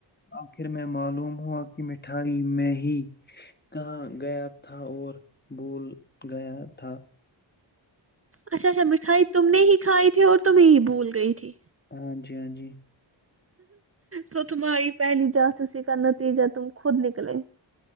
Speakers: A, on the left (about 20°); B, on the right (about 30°).
A: آخر میں معلوم ہوا کہ مٹھائی میں ہی کہا گیا تھا اور بھول گیا تھا
B: اچھا اچھا مٹھائی تم نے ہی کھائی تھی اور تمہیں ہی بھول گئی تھی
A: ہاں جی ہاں جی
B: تو تمہاری پہلی جسی کا نتیجہ تم خود نکلے